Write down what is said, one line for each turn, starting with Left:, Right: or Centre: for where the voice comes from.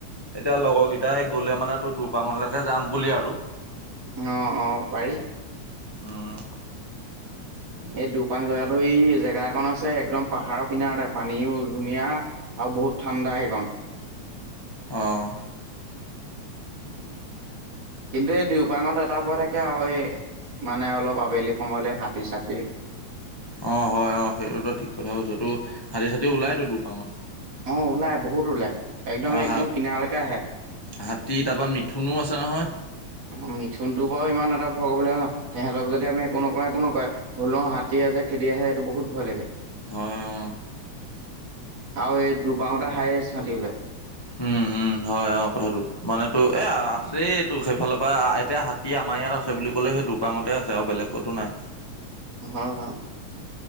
Left: এতিয়া লগৰ কেইটাই গ'লে মানে তোৰ দুৰপাঙলৈকে যাম বুলি আৰু
Right: অ অ পাৰি
Left: উম
Right: এই দুপাং জেগাটো এই জেগা একন আছে একদম পাহাৰৰ কিনাৰতে পানীও ধুনীয়া আও বহুত ঠাণ্ডা সেইকন
Left: অ
Right: কিন্তু এই দেউপাঙত এটা ভয় থা কে আও এ মানে অলপ আবেলি সময়লে হাতী চতি
Left: অ হয় অ সেইটো তই ঠিক কথা কৈছ তো হাতী চাতি ওলাই তো দুপাঙত
Right: অ ওলাই বহুত ওলাই একদমেই
Left: আহ
Right: একদম
Left: হাত
Right: কিনাৰলৈকে আহে
Left: হাতী তাপা মিথুনো আছে নহয়
Right: অ মিথুনটো বাও ইমান এটা ভয় কৰিব লগিয়া ন তেহেতক যদি আমি একো নকওঁ একো নকয় হ'লেও হাতী আছে খেদি আহে সেইটো বহুত ভয় লাগে
Left: হয় অ
Right: আৰু এই দু্বাঙতে হাইছ হাতি ওলাই <inaudible>
Left: উম উম হয় অ কথাটো মান তো এ আছেই টো সেইফালৰ পৰা এতিয়া হাতী আমাৰ ইয়াত আছে বুলি ক'লে সেইটো পাঙতে আছে আৰু বেলেগ কতো নাই
Right: হয় হয়